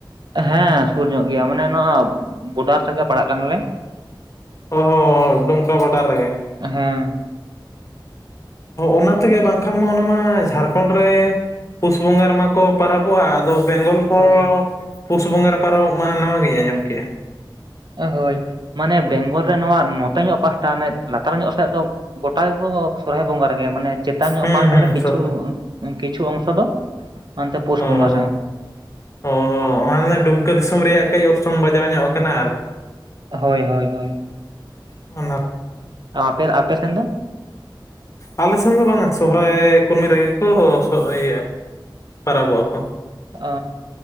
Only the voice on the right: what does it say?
ᱦᱮᱸ ᱥᱩᱨ ᱧᱚᱜ ᱜᱮᱭᱟ ᱢᱟᱱᱮ ᱱᱚᱣᱟ ᱵᱳᱰᱟᱨ ᱥᱮᱫ ᱜᱮ ᱯᱟᱲᱟᱜ ᱠᱟᱱᱟᱞᱮ᱾
ᱦᱮᱸ
ᱦᱳᱭ
ᱦᱳᱭ ᱢᱟᱱᱮ ᱵᱮᱝᱜᱚᱞ ᱨᱮ ᱱᱚᱣᱟ ᱱᱚᱛᱮ ᱧᱚᱜ ᱯᱟᱦᱴᱟ ᱚᱱᱮ ᱞᱟᱛᱟᱨ ᱧᱚᱜ ᱥᱮᱫ ᱫᱚ ᱜᱳᱴᱟ ᱜᱮᱠᱚ ᱥᱚᱨᱦᱟᱭ ᱵᱚᱸᱜᱟ ᱨᱮᱜᱮ, ᱢᱟᱱᱮ ᱪᱮᱛᱟᱱ ᱧᱚᱜ
ᱯᱟᱦᱴᱟ
ᱨᱮ ᱠᱤᱪᱷᱩ
ᱠᱤᱪᱷᱩ ᱚᱝᱥᱚ ᱫᱚ᱾ ᱚᱱᱛᱮ ᱯᱩᱥ
ᱵᱚᱸᱜᱟ ᱥᱮᱫ
ᱦᱳᱭ ᱦᱳᱭ ᱦᱳᱭ,
ᱟᱯᱮ ᱟᱯᱮ ᱥᱮᱱ ᱫᱚ?
ᱟ